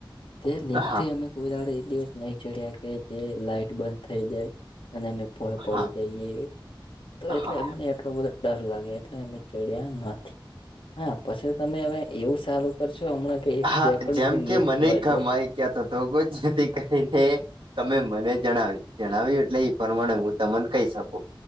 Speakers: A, on the left; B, on the right.
A: તે લેપથી
B: હા
A: અમે ફુડો એ દિવસ નહી ચડ્યા કે જે લાઈટ બંધ થઈ જાય, અને અમે પડી
B: હા
A: જઈએ, તો
B: હા
A: એટલે અમને એટલો બધો ડર લાગે એટલે. ચડ્યા નથી, હા પછી તમે હવે એવું સારું કરશો હમણાં કે એક સેકન્ડ
B: હા જેમ
A: પણ નહી
B: કે
A: થવા
B: મને
A: જો
B: ક મારી ક્યાં તો ધોગો જ નથી કરીને તમે મને જણાવી જણાવ્યું એટલે એ પ્રમાણે હું તમને કહી શકું.